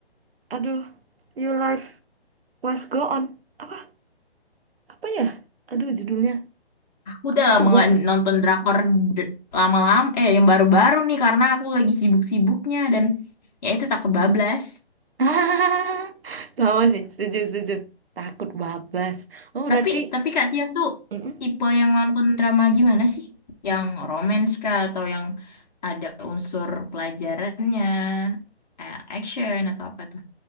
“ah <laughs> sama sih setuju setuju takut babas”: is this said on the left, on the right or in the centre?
Right